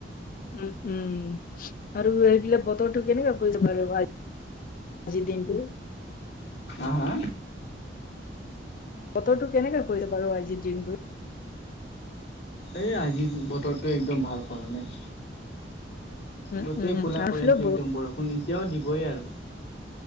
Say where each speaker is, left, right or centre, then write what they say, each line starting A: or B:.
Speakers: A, on the left (about 50°); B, on the left (about 65°).
A: উম উম আৰু এইবিলাক বতৰটো কেনেকুৱা কৰিছে <unintelligible> আজিৰ দিনটো?
B: হা হা
A: বতৰটো কেনেকুৱা কৰিলে বাৰু আজি দিনটো?
B: এই আজিৰ বতৰটো একদম ভাল কৰা নাই।
A: উম, উম,
B: গোটেই
A: উম,
B: ক'লা
A: আমাৰ
B: কৰিছে
A: ফালেও
B: একদম বৰষুণ, এতিয়াও দিবই আৰু।